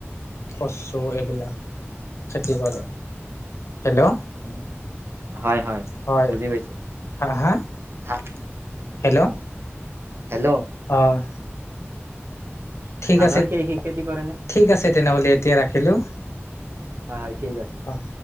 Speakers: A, on the left; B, on the right.
A: কচু এইবিলাক খেতি কৰে।
B: হয় হয়
A: হেল্ল'
B: এনে- হয়
A: হয়
B: বুজি পাইছো
A: হাঁ হাঁ।
B: থা-
A: হেল্ল',
B: হেল্ল',
A: অ' ঠিক
B: ধানৰ
A: আছে
B: খে খেতি কৰে নে
A: ঠিক আছে তেনেহ'লে এতিয়া ৰাখিলোঁ
B: হ হয় ঠিক আছে।
A: অ'।